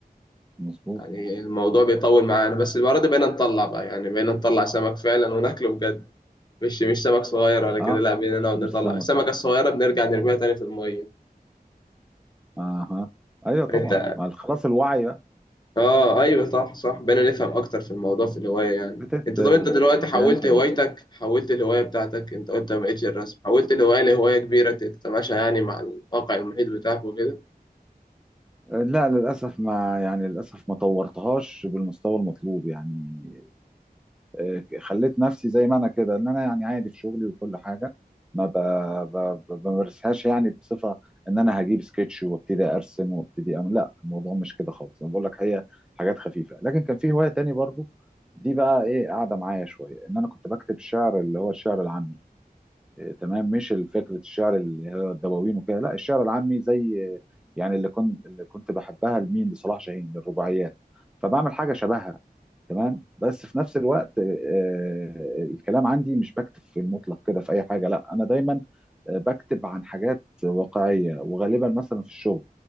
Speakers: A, in the centre; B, on the left (about 25°).
A: مظبوط
B: يعني الموضوع بيطول معانا بس المرة دي بقينا نطلع بقى يعني بقينا نطلع سمك فعلا وناكله بجد مش مش سمك صغير ولا كده
A: اه
B: لا بقينا نقعد
A: مش
B: نطلع
A: سمك
B: السمكة الصغيرة بنرجع نرميها تاني في المية
A: اها ايوه طبعا
B: انت
A: مع ال- خلاص الوعي بقى
B: اه ايوه صح صح بقينا نفهم اكتر في الموضوع في الهواية يعني
A: بتت
B: انت طب انت دلوقتي حولت
A: فهمت
B: هوايتك
A: الم...
B: حولت الهواية بتاعتك انت قلت ما بقتش الرسم حولت الهواية لهواية كبيرة تتماشى يعني مع الواقع المحيط بتاعك وكده
A: لا للاسف ما يعني للاسف ما طورتهاش بالمستوى المطلوب يعني آه، خليت نفسي زي ما انا كده ان انا يعني عادي في شغلي وكل حاجه ما ب... ب... ب- بمارسهاش يعني بصفه ان انا هجيب سكتش وابتدي ارسم وابتدي اعمل لا الموضوع مش كده خالص انا بقول لك هي حاجات خفيفه لكن كان في هوايه تاني برضو دي بقى ايه قاعده معايا شويه ان انا كنت بكتب شعر اللي هو الشعر العامي آه، تمام مش فكره الشعر اللي هي الدواوين وكده لا الشعر العامي زي آه، يعني اللي كنت اللي كنت بحبها لمين لصلاح جاهين للرباعيات فبعمل حاجه شبهها تمام بس في نفس الوقت آه، آه، الكلام عندي مش بكتب في المطلق كده في اي حاجه لا انا دايما آه، بكتب عن حاجات واقعيه وغالبا مثلا في الشغل